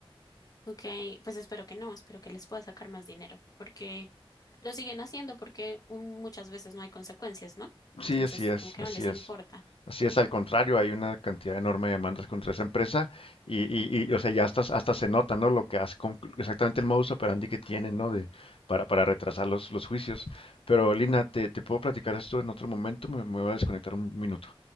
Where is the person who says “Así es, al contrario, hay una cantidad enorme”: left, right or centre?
Left